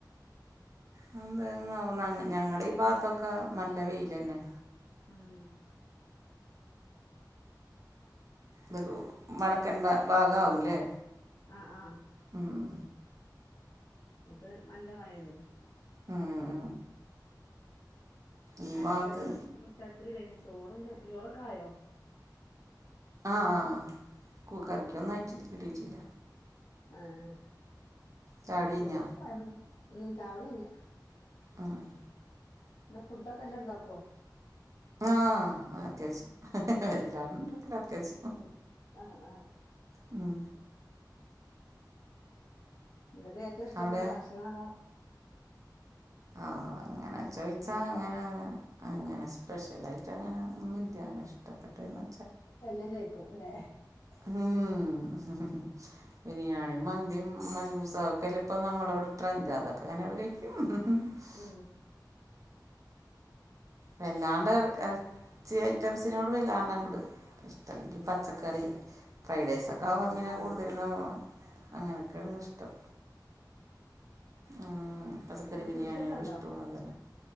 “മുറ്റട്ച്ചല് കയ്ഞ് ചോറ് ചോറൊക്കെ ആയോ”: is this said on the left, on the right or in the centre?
Left